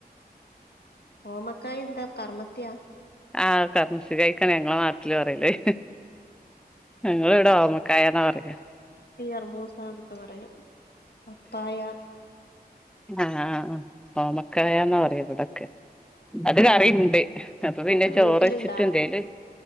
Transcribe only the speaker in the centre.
ആഹ് കർമൂസക്കായ്ക്കാണ് ഞങ്ങളെ നാട്ട്ല് പറയല് ഞങ്ങള്‌വടെ ഓമക്കായാന്നാ പറ്യാ
ആഹ് ഓമക്കായാന്ന് പറയാ വ്ടൊക്കെ അത് കറിണ്ട് അപ്പൊ പിന്നെ
ചോറയ്ച്ചിട്ടെന്തേല്